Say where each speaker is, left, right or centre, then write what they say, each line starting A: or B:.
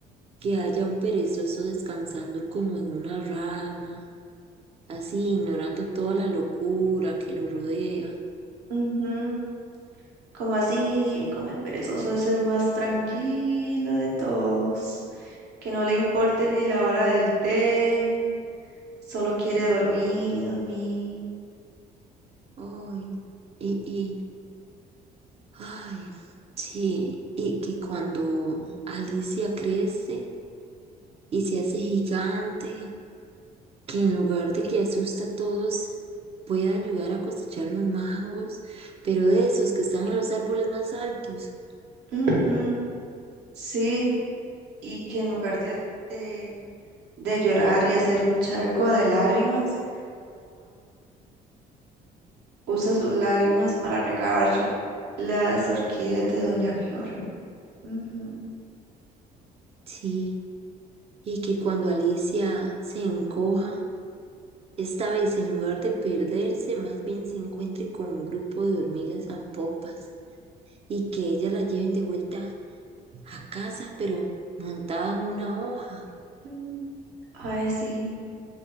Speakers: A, on the right (about 35°); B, on the right (about 75°).
A: que haya un perezoso descansando como en una rama, así ignorando toda la locura que lo rodea.
B: Ujú. Como así, como el perezoso es el más tranquilo de todos, que no le importe ni la hora del té, solo quiere dormir y dormir.
A: Ay, y, y, ay, sí, y que cuando Alicia crece y se hace gigante, que en lugar de que asusta a todos, pueda ayudar a cosechar los mangos, pero de esos que están en los árboles más altos.
B: Ujú. Sí, y que en lugar de té de llorar y hacer un charco de lágrimas, Usa sus lágrimas para regar las orquídeas de Doña Flora. Ujú.
A: Sí, y que cuando Alicia se encoja, esta vez en lugar de perderse, más bien se encuentre con un grupo de hormigas zampopas y que ellas la lleven de vuelta a casa, pero montada en una hoja.
B: Mm, Ay, sí.